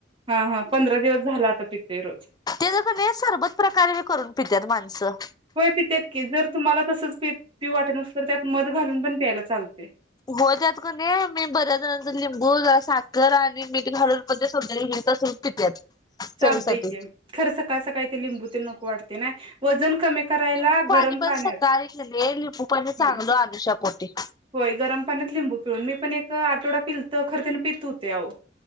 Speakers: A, on the right; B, on the left.
A: हा हा पंधरा दिवस झाल. आ पितोय. रोज
B: ते ज कनी सरबत प्रकारे करून पितात माणसं,
A: होय पितेत की जर, तुम्हाला तसच प पिऊ वाटत नसल तर त्यात मध घालून, पण प्यायला चालतय.
B: हो त्यात कनी मी बऱ्याच लिंबू, साखर आणि मीठ घालूनण ते सबज्याचं बी तस पित्यात.
A: चालतंय
B: चवीसाठी.
A: की, खरं सका सकाळी ते लिंबू ते नको वाटत. ते नाय वजन कमी करायला
B: लिंबू
A: गरम
B: पाणी पण
A: पाण्यात
B: सकाळी कनी लिंबू पाणी
A: हं
B: चांगलं अनुषा पोटी.
A: होय गरम पाण्यात लिंबू पिळुन मी पण एक आठवड्यात पिलत खर त्यानं पित होतय आहो